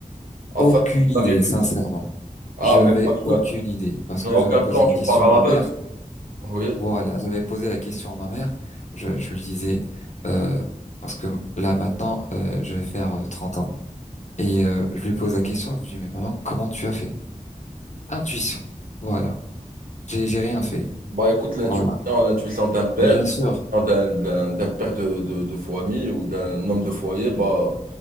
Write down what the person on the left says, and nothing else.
Aucune
idée, sincèrement.
Je
vais
aucune
idée parce
que
j'avais posé
la
question
à
ma mère.
Voilà, j'avais posé la question à ma mère. Je, je lui disais euh, parce que là maintenant euh, je vais faire euh, 30 ans et euh, je lui pose la question. Je lui dis mais maman comment tu as fait? Intuition. Voilà. J'ai j'ai rien fait.
Voilà.
Mais bien sûr,